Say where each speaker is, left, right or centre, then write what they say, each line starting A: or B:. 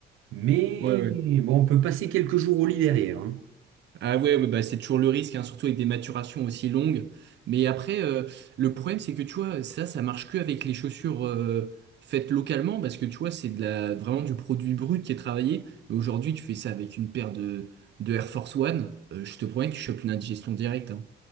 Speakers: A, on the right; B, on the right.
A: mais
B: Ouais, ouais.
A: bon, on peut passer quelques jours au lit derrière. hein.
B: Ah ouais, ouais, bah c'est toujours le risque, hein, surtout avec des maturations aussi longues. Mais après, euh, le problème, c'est que tu vois, ça, ça marche que avec les chaussures euh, faites localement, parce que tu vois, c'est de la, vraiment du produit brut qui est travaillé. Mais aujourd'hui, tu fais ça avec une paire de, de Air Force One, euh, je te promets que tu chopes une indigestion directe. hein.